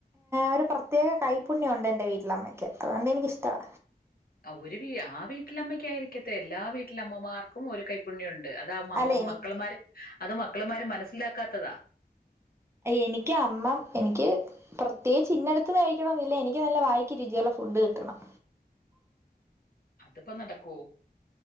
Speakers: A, on the right; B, on the left.
A: ഒരു പ്രത്യേക കൈപ്പുണ്യണ്ട് എന്റെ വീട്ടിലമ്മയ്ക്ക് അതൊണ്ട് എനിക്കിഷ്ടവാ
B: ഒരു വീട്ടി ആ വീട്ടിലമ്മയ്ക്കായിരിക്കത എല്ലാ വീട്ടിലമ്മമാർക്കും ഒരു കൈപ്പുണ്യം ഒണ്ട് ണ്ട് അതാ അമ്മ
A: അല്ല എനി
B: മക്കളമാര് അത് മക്കളമാര് മനസ്സിലാക്കാത്തതാ
A: എനിക്ക് അമ്മ എനിക്ക് പ്രത്യേകിച്ച് ഇന്നെടുത്ത് കഴിക്കണന്നില്ല എനിക്ക് നല്ല വായിക്ക രുചിയുള്ള ഫുഡ് കിട്ടണം
B: അതിപ്പോ നടക്കുവോ